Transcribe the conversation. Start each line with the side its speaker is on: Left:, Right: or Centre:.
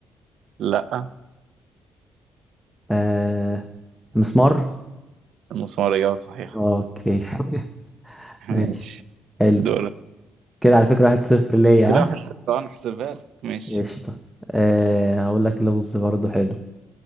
Right: لأ
Centre: آه المسمار
Right: المسمار إجابة صحيحة
Centre: اوكي <laughs>
Right: <laughs>
Centre: ماشي
Right: ماشي
Centre: حلو
Right: دور
Centre: كده على فكره واحد صفر ليا
Right: كده
Centre: ها
Right: واحد صفر اه، انا احسبها لك ماشي
Centre: قشطه آه هقول لك لغز برضه حلو